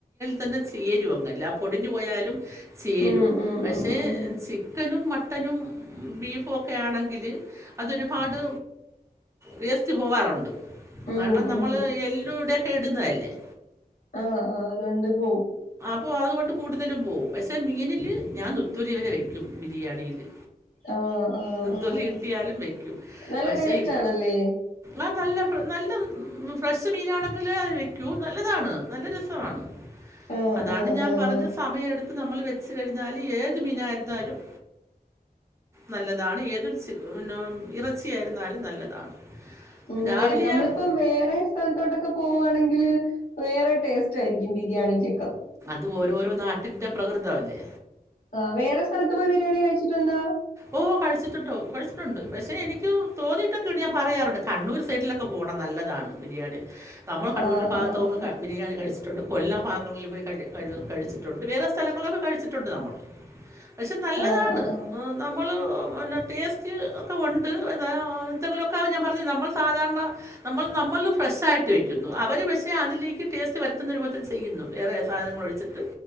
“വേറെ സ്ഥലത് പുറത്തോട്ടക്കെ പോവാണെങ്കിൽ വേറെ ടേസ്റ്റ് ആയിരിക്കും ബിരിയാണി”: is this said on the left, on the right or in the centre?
Left